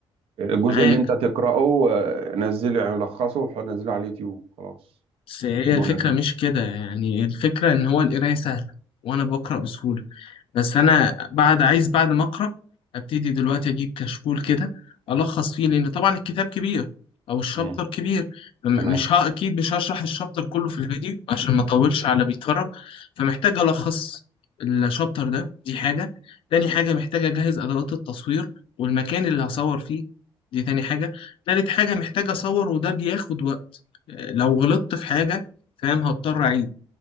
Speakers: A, on the right (about 80°); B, on the left (about 70°).
A: الجزء
B: معاك
A: اللي انت تقرأه آه، نزله يعني لخصه وح- نزله على اليوتيوب خلاص
B: بس
A: سجله
B: هي الفكره
A: ونزله
B: مش كده يعني الفكره ان هو القرايه سهله وانا بقرا بسهوله بس انا بعد عايز بعد ما اقرا ابتدي دلوقتي اجيب كشكول كده الخص فيه لان طبعا الكتاب كبير او الشابتر
A: امم
B: كبير م-
A: تمام
B: مش ها اكيد مش هشرح الشابتر كله في الفيديو عشان ما اطولش على بيتفرج فمحتاج الخص الشابتر ده دي حاجه تاني حاجه محتاج اجهز ادوات التصوير والمكان اللي هصور فيه دي تاني حاجه تالت حاجه محتاج اصور وده بياخد وقت لو غلطت في حاجه فاهم هضطر اعيد